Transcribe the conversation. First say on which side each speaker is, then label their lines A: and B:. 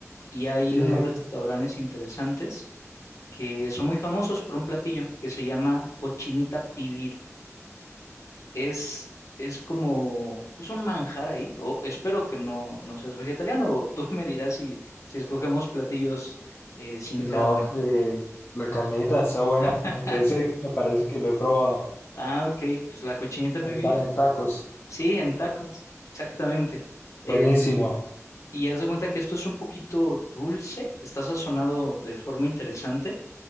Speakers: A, on the left; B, on the left.
A: Y hay
B: Sí,
A: unos
B: sí.
A: restaurantes interesantes que son muy famosos por un platillo que se llama cochinita pibil. es, es como pues un manjar ahí. O espero que no, no seas vegetariano, <laughs> o tú me dirás si, si escogemos platillos eh, sin
B: No,
A: carne.
B: eh, la carnita está buena,
A: <laughs>
B: aunque ese me parece que lo he probado
A: Ah, ok, pues la cochinita
B: en,
A: pibil,
B: ta- en tacos.
A: sí, en tacos, exactamente. El,
B: Buenísimo.
A: y haz de cuenta que esto es un poquito dulce, está sazonado de forma interesante.